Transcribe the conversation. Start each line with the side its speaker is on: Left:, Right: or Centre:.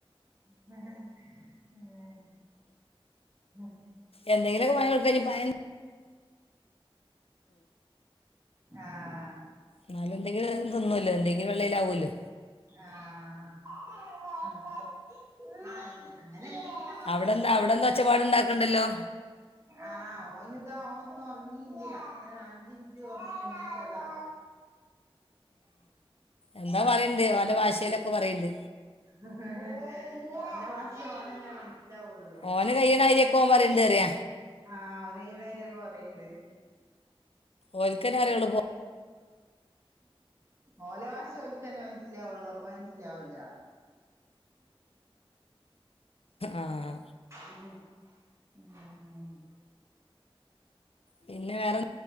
Right: ഉം <unintelligible> ആഹ
Left: എന്തെങ്കിലൊക്കെ ഭയ കൊടുക്ക ഭയം
Right: ആഹ
Left: എന്നാലും എന്തെങ്കും തന്നുവല്ലോ എന്തെങ്കും വെള്ളൽവൂല്ലോ
Right: ആഹ ആ അങ്ങനെന്ത
Left: അവിടെന്താ അവിടെന്താ ഒച്ചപ്പാട് ഉണ്ടാക്കണ്ടല്ലോ
Right: ആഹ ഓന് ഇതാ ഓൻന്ന ഉറങ്ങില്ല അഞ്ചിനിറ്റ് ഉറങ്ങി എണിച്ചതാ ഉം
Left: എന്താ പറയണ്ട് അവന്റെ ഭാഷയിലൊക്കെ പറയണ്ട്
Right: അന്ത ഭാഷ ആനല്ലെ മനസ്സിലാവുള്ളു.
Left: അവന് <unintelligible> ആരിയക്കകമാർണ്ട് അറിയ
Right: ആഹ ഒയ്യണായിര ഒക്കെ കൊറുണ്ട്
Left: ഓൽക്കന്നെ അറിയുള്ളൂ പോ
Right: ഓലവാഷ ഒലിക്കന്നേ മനസ്സിലാവുള്ളൂ അമ്മ മനസ്സിലാവൂല
Left: ആഹ
Right: ഉ ഉം
Left: പിന്നെ വേറെ